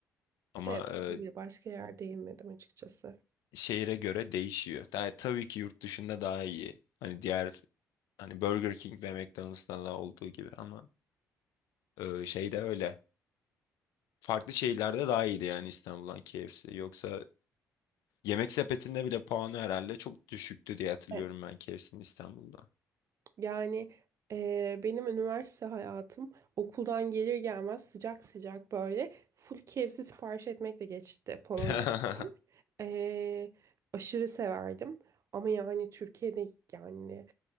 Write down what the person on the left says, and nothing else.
Ama
e,
şehire göre değişiyor. Daha, tabii ki yurt dışında daha iyi. Hani diğer hani Burger King ve McDonald's'ta da olduğu gibi ama e, şeyde öyle. farklı şehirlerde daha iyiydi yani İstanbul'dan KFC. Yoksa yemek sepetinde bile puanı herhalde çok düşüktü diye hatırlıyorum
ben KFC'nin İstanbul'da.
<laughs>